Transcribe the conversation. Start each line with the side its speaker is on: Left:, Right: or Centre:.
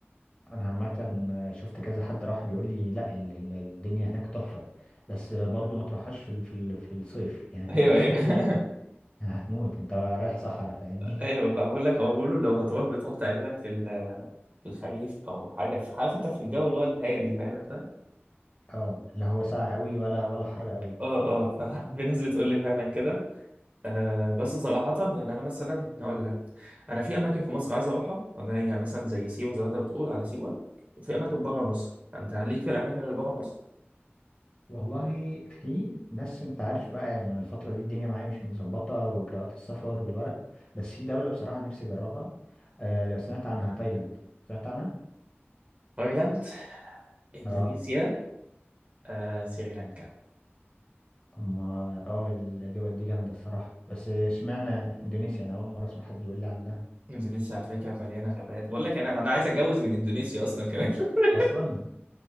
Left: انا عامة آه، شفت كذا حد راح بيقول لي لا ال- ال- الدنيا هناك تحفة بس برضو ما تروحهاش في ال- في ال- في الصيف يعني
Right: ايوه
Left: الصيف
Right: ايوه
Left: دي
Right: <laughs>
Left: هتموت انت رايح صحراء فاهمني
Right: ايوه فبقول لك هو بيقولوا لو هتروح بتروح تقريبا في ال- في الخريف او حاجه في- عارف انت في الجو اللي هو الهادي فاهم انت
Left: اه لا هو ساقع قوي ولا ولا حر قوي
Right: اه اه ففي <laughs> ناس بتقول لي فعلا كده آه بس صراحه يعني انا مثلا هقول لك انا في اماكن في مصر عايز اروحها فده يعني مثلا زي سيوه زي ما انت بتقول على سيوه وفي اماكن بره مصر فانت ليك في الاماكن اللي بره مصر
Left: والله في بس انت عارف بقى يعني الفترة دي الدنيا معايا مش متظبطة واجراءات السفر والورق بس في دولة بصراحة نفسي اجربها آه لو سمعت عنها تايلاند سمعت عنها
Right: تايلاند اندونيسيا
Left: اه
Right: آه سريلانكا
Left: اما اه الدول دي جامدة الصراحة بس اشمعنى اندونيسيا انا اول مرة اسمع حد يقول لي عنها
Right: اندونيسيا على فكره مليانه غابات بقول لك انا انا عايز اتجوز من اندونيسيا اصلا كمان <laughs>
Left: اصلا